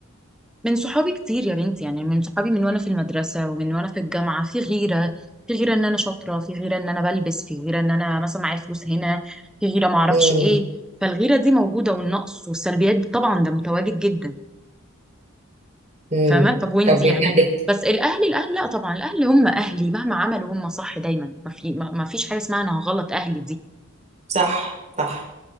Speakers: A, in the centre; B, on the right.
A: من صحابي كتير يا بنتي يعني من صحابي من وانا في المدرسة ومن وانا في الجامعة في غيرة في غيرة ان انا شاطرة في غيرة ان انا بلبس في غيرة ان انا مثلا معايا فلوس هنا في غيرة ما اعرفش
B: امم
A: ايه فالغيرة دي موجودة والنقص والسلبيات دي طبعا ده متواجد جدا
B: امم
A: فاهمة طب وانتي
B: طب من
A: يعني
B: اهلك
A: بس الاهل الاهل لا طبعا الاهل هم اهلي مهما عملوا هم صح دايما ما في ما ما فيش حاجة اسمها انا غلط اهلي دي
B: صح صح